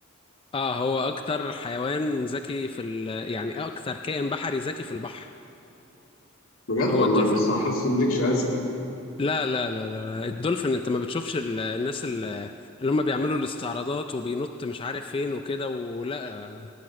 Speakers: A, on the left; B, on the left.
A: اه هو اكتر حيوان ذكي في ال... يعني اكتر كائن بحري ذكي في البحر
B: بجد
A: هو
B: والله
A: الدولفين
B: بس انا حاسس ان القرش اذكى
A: لا لا لا لا الدولفين انت ما بتشوفش ال- الناس ال- اللي هم بيعملوا الاستعراضات وبينط مش عارف فين وكده ولا